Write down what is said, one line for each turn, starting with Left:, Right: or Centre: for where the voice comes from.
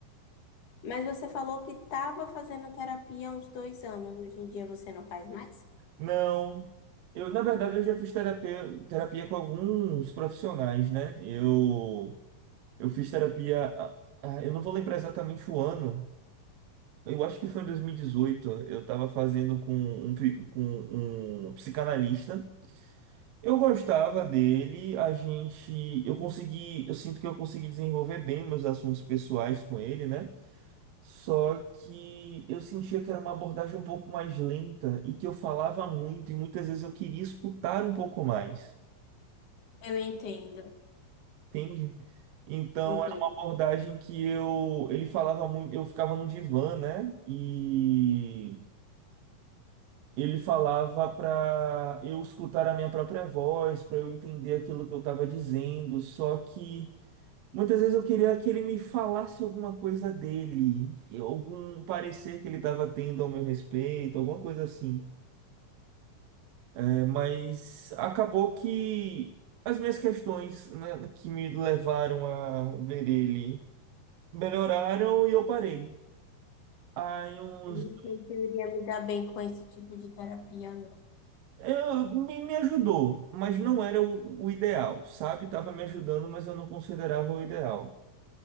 Left: Mas você falou que estava fazendo terapia há uns dois anos. Hoje em dia você não faz mais?
Right: Não, eu, na verdade, eu já fiz terapia, terapia com alguns profissionais, né? Eu Eu fiz terapia. ah, ah, Eu não vou lembrar exatamente o ano. Eu acho que foi em 2018. Eu tava fazendo com um, pi- com um psicanalista. Eu gostava dele. A gente. Eu consegui. Eu sinto que eu consegui desenvolver bem meus assuntos pessoais com ele, né? Só que eu sentia que era uma abordagem um pouco mais lenta e que eu falava muito e muitas vezes eu queria escutar um pouco mais.
Left: Eu entendo.
Right: Entende? Então
Left: Entendo.
Right: era uma abordagem que eu ele falava muito, eu ficava no divã, né? E ele falava para eu escutar a minha própria voz, para eu entender aquilo que eu estava dizendo, só que muitas vezes eu queria que ele me falasse alguma coisa dele, algum parecer que ele estava tendo ao meu respeito, alguma coisa assim. É, mas acabou que as minhas questões, né, que me levaram a ver ele melhoraram e eu parei. Aí uns.
Left: Eu não sei se eu iria me dar bem com esse tipo de terapia, não.
Right: Eu, me, me ajudou, mas não era o, o ideal, sabe? Tava me ajudando, mas eu não considerava o ideal.